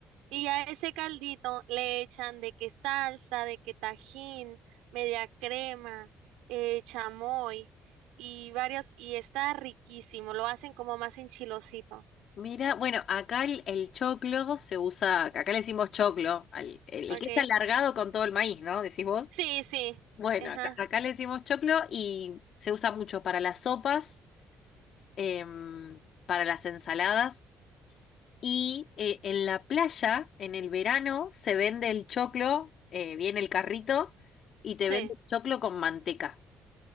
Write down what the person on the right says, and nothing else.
Y a ese caldito le echan de que salsa, de que tajín, media crema, eh, chamoy y varios, y está riquísimo, lo hacen como más enchilosito,
¿ok?
Sí, sí,
ajá,
sí.